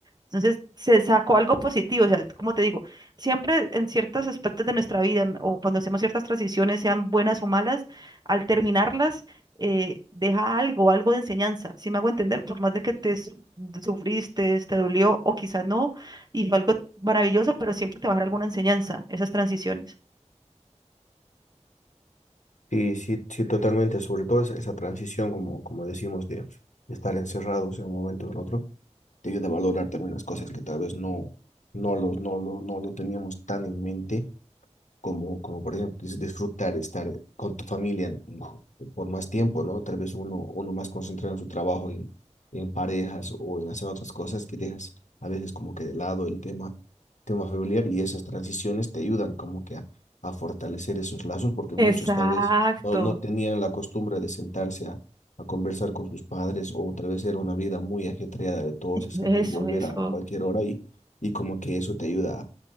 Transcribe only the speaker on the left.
Sí, sí, sí, totalmente, sobre todo esa, esa transición, como, como decimos, de, de estar encerrados en un momento al otro, te ayuda a valorar también las cosas que tal vez no, no los, no lo, no lo teníamos tan en mente como, como por ejemplo dis- disfrutar, estar con tu familia mm, por más tiempo, ¿no? Tal vez uno, uno más concentrado en su trabajo, en, en parejas o en hacer otras cosas que dejas a veces como que de lado el tema, tema familiar y esas transiciones te ayudan como que a, a fortalecer esos lazos porque
muchos tal vez no, no tenían la costumbre de sentarse a, a conversar con sus padres o tal vez era una vida muy ajetreada de todos,
de salir, volver
a cualquier hora y, y como que eso te ayuda a